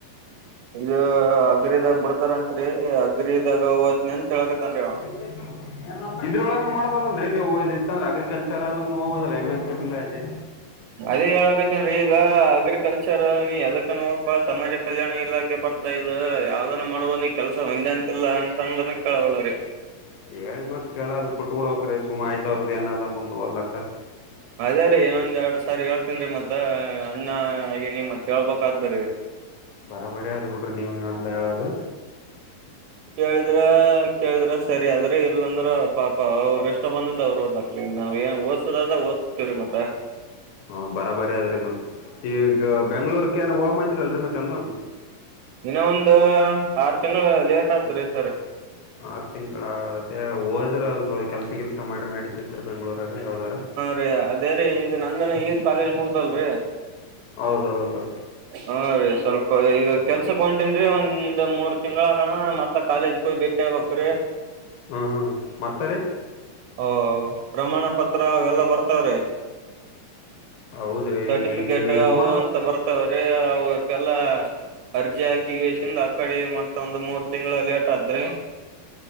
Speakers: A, on the right; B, on the left.
A: ಇದು ಅಗ್ರಿದಾಗ ಬಿಡ್ತಾರಂತ್ರಿ ಅಗ್ರಿದಾಗ್ ಒತ್ನಿ ಅಂತ್ ಹೇಳಕತ್ತನ್ರಿ ಅವ.
B: <inaudible> ಇದ್ರೊಳಗುನು ಮಾಡ್ಬದಲ್ರಿ ನೀವು ಇದ್ ಇತಂದ್ರ ಅಗ್ರಿಕಲ್ಚರಾದ್ರುನು ಹೋಗ್ಬವ್ದಲ್ಲ ಎಮ್ ಎಸ್ ಸಿ ಇರ್ಲುಲಾದ್ರಿ.
A: ಅದೇ ಹೇಳಕತೀನ್. ಈಗ ಅಗ್ರಿಕಲ್ಚರ ನೀ ಯದಕ್ಕನ ಒಕ್ಕ ಸಮಾಜ ಕಲ್ಯಾಣ ಇಲಾಖೆ ಬರ್ತಾದ ಇದು ಯಾವ್ದನು ಮಾಡ್ಬವ್ದ್ನೀ. ಕೆಲ್ಸ ಒಂದೆ ಅಂತಿಲ್ಲ ಅಂತಂದ್ರನು ಕೇಳವಲ್ಲ ರೀ.
B: ಹೇಳ್ ಮತ್ ಕೇಳಾರ್ ಪುಟ್ ಬುಡ್ಬಕ್ರಿ ಸುಮ ಅವ್ರ್ದ್ ಏನದ ಮುಂದ್ ಒದ್ಲಾಕ.
A: ಅದೇ ರೀ ಇನ್ನೊಂದ್ ಎರಡ್ ಸಾರಿ ಹೇಳ್ತನ್ ರೀ ಮತ್ತ ಅಣ್ಣ ಆಗಿನಿ ಮತ್ ಹೇಳ್ಬಕಾದ್ರಿ.
B: ಬರಾ ಬರಿ ಅದ್ ಬಿಡ್ರಿ ನೀವ್ ಇಂಗಂತ ಹೇಳದು.
A: ಕೇಳಿದ್ರ ಕೇಳಿದ್ರ ಸರಿ ಅದ್ರ್ ಇಲ್ಲಂದ್ರ ಪಾಪ ಅವ್ರ ಇಷ್ಟ ಬಂದುದ್ ಅವ್ರು ಒದ್ಲಪ. ಇನ್ ನಾವ್ ಏನ್ ಒದ್ಸದದ ಒದ್ಸ್ತಿವ್ರಿ ಮತ್ತ.
B: ಹೌದ್ ಬರಾ ಬರಿ ಅದ್ರೀ ಮತ್ ಈಗ ಬೆಂಗ್ಳೂರ್ ಕೇನ ಹೋಗಮಂದ್ರಾಲ್ರಿ ಮತ್ ಎಂದಂ.
A: ಇನ ಒಂದು ಆರ್ ತಿಂಗ್ಳು ಲೇಟ್ ಆತ್ರಿ ಸರ.
B: ಆರ್ ತಿಂಗ್ಳ ಅದೇ ಹೋದ್ರ ಕೆಲ್ಸ ಗಿಲ್ಸ ಮಾಡ್ರಿ ನಡಿತಿತ್ರಿ ಬೆಂಗ್ಳೂರಾಗ ಯಾವ್ದಾರ.
A: ರಿ ಅದೇ ರೀ ಇಗ್ ನಂದನ ಇಗ್ ಕಾಲೇಜ್ ಮುಗುದಲ್ರಿ.
B: ಹೌದೌದೌದು.
A: ಹಾ ರೀ ಸ್ವಲ್ಪ ಇಗ ಕೆಲ್ಸುಕ್ ಒಂಟೆನ್ರಿ ಒಂದ ಮೂರ್ ತಿಂಗ್ಳ ಅಗಣ ಮತ್ತ ಕಾಲೇಜ್. <unintelligible>
B: ಹ್ಮ ಹ್ಮ್ ಮತ್ತ ರೀ.
A: ಒ ಪ್ರಮಾಣ ಪತ್ರ ಅವೆಲ್ಲಾ ಬರ್ತವ್ರಿ.
B: ಹೌದ್ರಿ
A: ಸರ್ಟಿಫಿಕೇಟ
B: ಈಗ ಹೆಂಗ್
A: ಅವು
B: ಮಾಡ್ಬೇಕ
A: ಅಂತ ಬರ್ತವ್ರೀ ಅವು. ಅವುಕೆಲ್ಲ ಅರ್ಜಿ ಹಾಕಿಗೆೇಶಿಂದ್ ಆಕಡಿ ಮತ್ ಒಂದ್ ಮೂರ್ ತಿಂಗ್ಳ ಲೇಟದ್ರಿ.